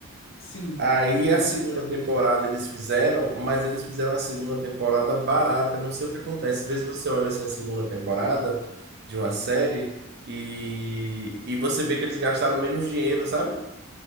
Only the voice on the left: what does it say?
Sim,
a
maioria
delas.